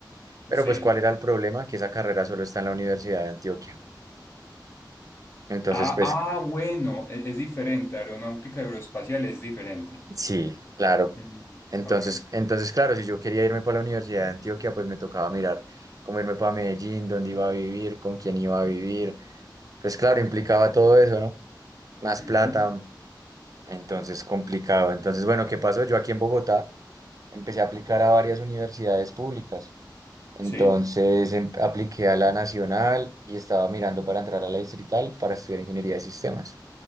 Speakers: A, on the right (about 50°); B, on the left (about 35°).
A: pero
B: Sí.
A: pues ¿cuál era el problema? Que esa carrera solo está en la Universidad de Antioquia. Entonces,
B: Ah,
A: pues
B: ah, bueno, e- es, diferente, aeronáutica aeroespacial es diferente.
A: sí, claro.
B: Mm,
A: Entonces,
B: Ok,
A: entonces claro, si yo quería irme para la Universidad de Antioquia, pues me tocaba mirar cómo irme para Medellín, dónde iba a vivir, con quién iba a vivir. Pues claro, implicaba todo eso, ¿no? más
B: ujú,
A: plata, entonces complicado. Entonces, bueno, ¿qué pasó? Yo aquí en Bogotá empecé a aplicar a varias universidades públicas. Entonces
B: Sí,
A: em- apliqué a la Nacional y estaba mirando para entrar a la Distrital para estudiar ingeniería de sistemas.